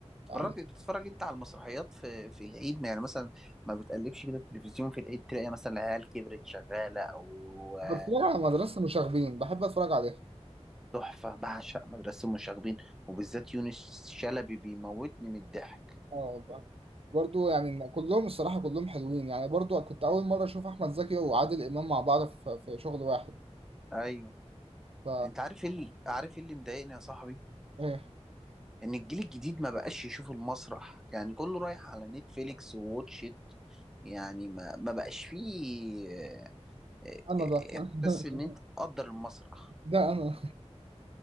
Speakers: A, on the right; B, in the centre.
A: يعني
B: بتتفرج بتتفرج انت على المسرحيات في في العيد يعني مثلا ما بتقلبش كده التلفزيون في العيد تلاقي مثلا العيال كبرت شغالة او آه،
A: بتفرج على مدرسه مشاغبين بحب اتفرج عليها
B: تحفة بعشق مدرسة المشاغبين وبالذات يونس شلبي بيموتني من الضحك
A: اه والله برضو يعني كلهم الصراحه كلهم حلوين يعني برضو كنت اول مره اشوف احمد زكي وعادل امام مع بعض في في شغل واحد
B: ايوه
A: ف
B: انت عارف ايه اللي- عارف ايه اللي مضايقني يا صاحبي
A: ايه
B: ان الجيل الجديد ما بقاش يشوف المسرح يعني كله رايح على نتفليكس وواتشيت يعني ما ما بقاش فيه آه، آه،
A: انا
B: آه،
A: ده <laughs>
B: احساس ان انت تقدر المسرح
A: ده انا